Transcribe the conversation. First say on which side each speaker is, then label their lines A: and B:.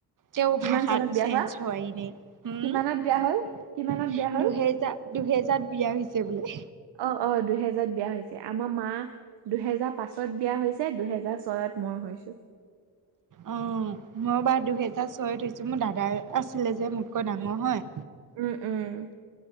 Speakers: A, on the right (about 50°); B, on the right (about 75°).
A: তেওঁ
B: কিমান
A: ভাষাটো
B: চনত বিয়া
A: চেঞ্জ
B: হোৱা
A: হোৱাই নাই, হুম,
B: কিমানত বিয়া হ'ল কিমানত বিয়া হ'ল
A: দুহে দুহেজাৰত বিয়া হৈছে বোলে।
B: অঁ' অঁ' দুহেজাৰত বিয়া হৈছে, আমাৰ মাঁ দুহেজাৰ পাঁচত বিয়া হৈছে দুহেজাৰ ছয়ত মই হৈছো।
A: অঁ' মই বাৰু দুহেজাৰ ছয়ত হৈছো, মোৰ দাদা আছিলে যে মোতকৈ ডাঙৰ হয়।
B: উমঁ' উমঁ'।